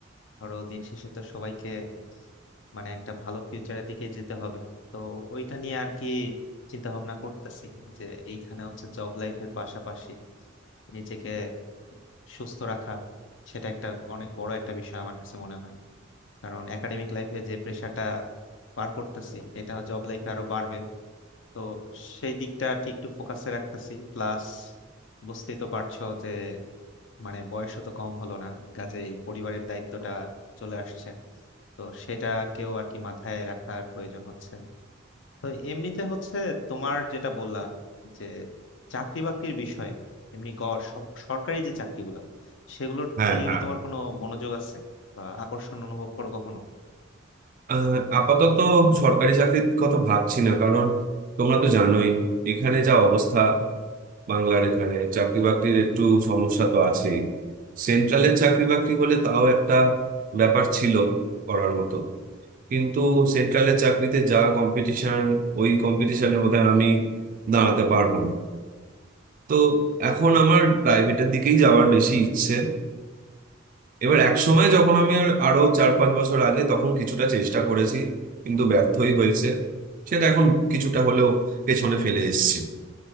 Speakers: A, on the left; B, on the right.
A: ধরো দিন শেষে তো সবাইকে মানে একটা ভালো ফিউচারের দিকে যেতে হবে তো ওইটা নিয়ে আর কি চিন্তা ভাবনা করতেছি যে এইখানে হচ্ছে জব লাইফের পাশাপাশি নিজেকে সুস্থ রাখা সেটা একটা অনেক বড় একটা বিষয় আমার কাছে মনে হয় কারণ একাডেমিক লাইফে যে প্রেশারটা পার করতেছি এটা জব লাইফে আরো বাড়বে তো সেই দিকটা আর কি একটু ফোকাসে রাখতেছি প্লাস বুঝতেই তো পারছো যে মানে বয়সও তো কম হলো না কাজে এই পরিবারের দায়িত্বটা চলে আসছে তো সেটাকেও আর কি মাথায় রাখার প্রয়োজন হচ্ছে তো এমনিতে হচ্ছে তোমার যেটা বললা যে চাকরি বাকরির বিষয় এমনি গ- স- সরকারি যে চাকরিগুলো সেগুলোর
B: হ্যাঁ
A: দিকে
B: হ্যাঁ
A: কি তোমার কোনো মনোযোগ আছে বা আকর্ষণ অনুভব করো কখনো
B: আহ, আপাতত সরকারি চাকরির কথা ভাবছি না কারণ তোমরা তো জানোই এখানে যা অবস্থা বাংলার এখানে চাকরি বাকরির একটু সমস্যা তো আছেই সেন্ট্রালের চাকরি বাকরি হলে তাও একটা ব্যাপার ছিল করার মতো কিন্তু সেন্ট্রালের চাকরিতে যা কম্পিটিশন ওই কম্পিটিশনের মধ্যে আমি দাঁড়াতে পারবো না তো এখন আমার প্রাইভেটের দিকেই যাওয়ার বেশি ইচ্ছে এবার এক সময় যখন আমি আর- আরো চার পাঁচ বছর আগে তখন কিছুটা চেষ্টা করেছি কিন্তু ব্যর্থই হয়েছে সেটা এখন কিছুটা হলেও পেছনে ফেলে এসেছি